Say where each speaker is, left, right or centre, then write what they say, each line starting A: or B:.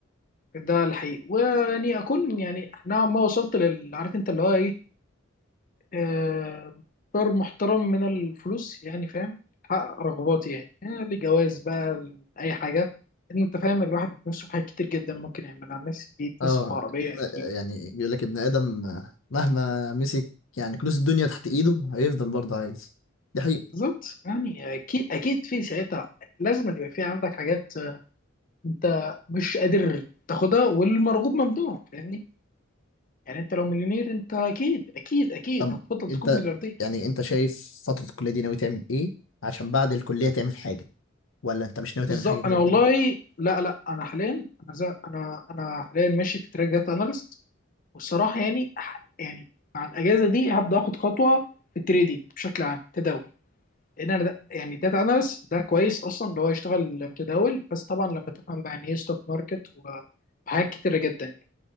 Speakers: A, on the left; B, on the left.
A: ده الحقيقي ويعني اكون يعني نوعا ما وصلت لل عارف انت اللي هو ايه آه، مقدار محترم من الفلوس يعني فاهم حقق رغباتي يعني آه، لجواز بقى لأي حاجة إن أنت فاهم الواحد بيتمسك بحاجات كتير جدا ممكن يعملها الناس بيتمسك
B: اه
A: بعربية أكيد
B: يعني بيقول لك ابن آدم آه، مهما مسك يعني كنوز الدنيا تحت ايده هيفضل برضه عايز دي حقيقة
A: بالظبط يعني أكيد أكيد في ساعتها لازم اللي يبقى في عندك حاجات آه، أنت مش قادر تاخدها والمرغوب ممنوع فاهمني يعني أنت لو مليونير أنت أكيد أكيد أكيد
B: طب
A: هتفضل
B: انت
A: تكون ملياردير
B: يعني انت شايف فترة الكلية دي ناوي تعمل ايه عشان بعد الكلية تعمل حاجة ولا انت مش ناوي تعمل
A: بالظبط
B: حاجة
A: أنا
B: زي
A: والله
B: كده
A: لا لا أنا حاليا أنا زي- أنا أنا حاليا ماشي في تراك داتا أناليست والصراحه يعني ح- يعني مع الاجازه دي هبدا اخد خطوه في التريدينج بشكل عام تداول لان انا ده يعني داتا اناليست ده كويس اصلا اللي هو يشتغل متداول بس طبعا لما تفهم بقى يعني ايه ستوك ماركت و- وحاجات كتيره جدا يعني